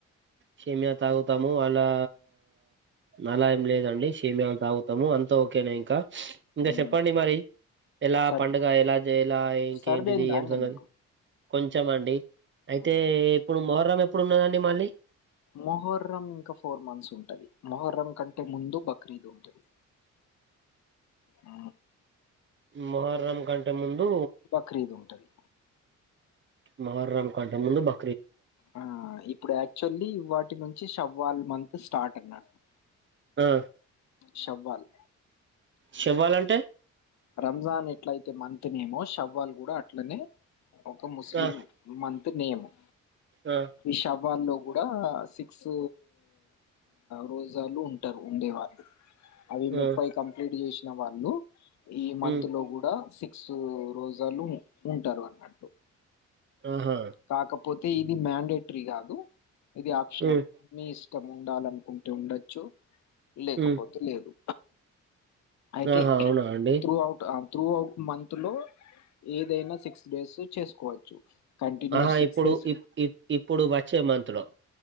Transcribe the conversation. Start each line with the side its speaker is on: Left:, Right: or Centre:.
Right: సేమియా తాగుతాము అలా నలా ఏం లేదండి సేమయా తాగుతాము అంత ఓకేనా ఇంకా ఇంకా
Left: మ్మ్.
Right: చెప్పండి మరి ఎలా
Left: సర్
Right: పండుగ ఎలా చే ఎలా ఇంకేంటిది
Left: సర్ది అయిందా
Right: ఏం
Left: అండి
Right: సంగతి
Left: మీకు
Right: కొంచం అండి అయితే
Left: మ్మ్.
Right: ఇప్పుడు మొహర్రం ఎప్పుడు ఉన్నదండి మళ్ళీ
Left: మొహర్రం ఇంకా ఫోర్ మంత్స్ ఉంటది మొహర్రం కంటే ముందు బక్రీద్ ఉంటుంది ఆ
Right: మొహరం కంటే ముందు
Left: బక్రీద్ ఉంటది
Right: మొహరమ్ కంటే ముందు బా
Left: ఆ ఇప్పుడు యాక్చువల్లీ వాటి నుంచి షవ్వాల మంత్ స్టార్ట్ అనట్టు
Right: ఆ
Left: శవ్వాల్
Right: శేవ్వాలంటే
Left: రంజాన్ ఎట్ల అయితే మంతనేమో షవ్వాల్ కూడా అట్లనే ఒక ముస్లిం
Right: ఆ
Left: మంత్రి నీయమం
Right: ఆ
Left: విషబ్ వాళ్ళు కూడా సిక్స్ రోజాలు ఉంటారు ఉండే వాళ్ళు అవి ముప్పై
Right: ఆ
Left: కంప్లిట్ చేసి ఇంక వాళ్లు ఈ మంత్
Right: ఉమ్
Left: లో కూడా సిక్ సో రోజలు ఉంటారు అన్నట్టు
Right: ఆహా
Left: కాకపోతే ఇది మ్యాండే ఇది కాదు ఇది ఆప్షనల్
Right: ఉమ్
Left: మీ ఇష్టం ఉండాలనుకు ఉండచ్చు లేకపోతే
Right: ఉమ్
Left: లేదు అయితే
Right: ఆహా అవునా అండి
Left: త్రూఔట్ ఆ త్రూఔట్ మంత్ లో ఏదైనా సిక్స్ డేస్ చేసుకోవచ్చు కంటిన్యూస్
Right: ఆహా
Left: సిక్స్
Right: ఇప్పుడు
Left: డేస్
Right: ఇ ఇ ఇప్పుడు చేమంతులో